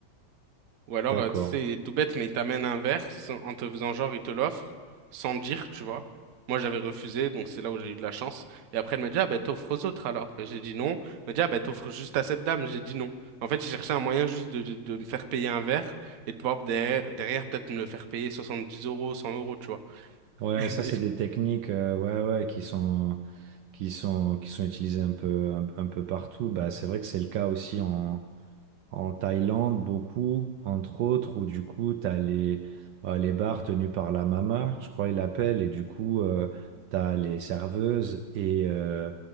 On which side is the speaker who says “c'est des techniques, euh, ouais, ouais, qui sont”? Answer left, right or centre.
Right